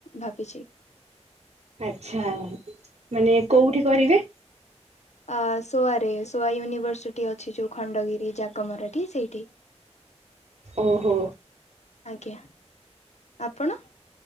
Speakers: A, on the left; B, on the right.
A: ଭାବିଛି।
B: ଆଚ୍ଛା ମାନେ କୋଉଠି କରିବେ।
A: ଅ ସୋଆ ରେ ସୋଆ ୟୁନିଭର୍ସିଟି ଅଛି ଯୋଉ ଖଣ୍ଡଗିରି ଜାଗମରାଟି ସେଇଠି। <inaudible>
B: ଓହୋ
A: ଆଜ୍ଞା ଆପଣ।